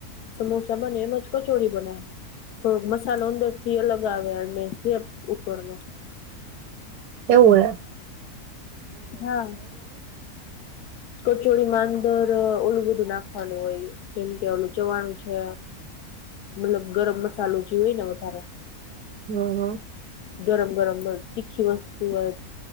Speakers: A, on the left; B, on the right.
A: સમોસા બને, એમજ કચોડી બને. થોડોક મસાલો અંદર થી અલગ આવે અને સેપ ઉપરનો
B: હોવે.
A: હા કચોડી મા અંદર ઓલું બધું નાખવાનું હોય, જેમ કે ઓલું ચવાણું છે. મતલબ ગરમ મસાલો જે હોય ને વધારે
B: હા હા.
A: ગરમ ગરમ તીખી વસ્તુઓ